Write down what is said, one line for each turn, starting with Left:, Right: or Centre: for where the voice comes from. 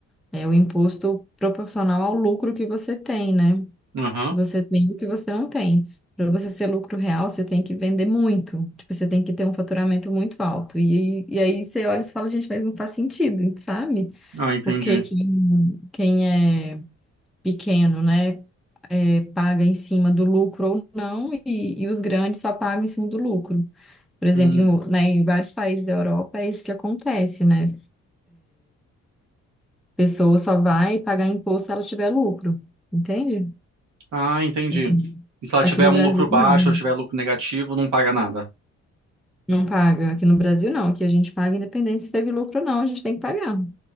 Centre: é o imposto proporcional ao lucro que você tem, né?
Right: aham.
Centre: que você tem e o que você não tem. Para você ser lucro real, você tem que vender muito. Tipo, você tem que ter um faturamento muito alto. E, e aí você olha e você fala, gente, mas não faz sentido, sabe?
Right: Ah, entendi.
Centre: Porque quem, quem é pequeno, né, é, paga em cima do lucro ou não, e, e os grandes só pagam em cima do lucro. Por exemplo,
Right: Hum.
Centre: em, né, em vários países da Europa é isso que acontece, né? Pessoa só vai pagar imposto se ela tiver lucro, entende?
Right: Ah, entendi.
Centre: Aqui,
Right: E se ela
Centre: aqui
Right: tiver
Centre: no
Right: um
Centre: Brasil,
Right: lucro baixo
Centre: não.
Right: ou tiver lucro negativo, não paga nada.
Centre: Não paga. Aqui no Brasil, não. Aqui a gente paga independente se teve lucro ou não, a gente tem que pagar.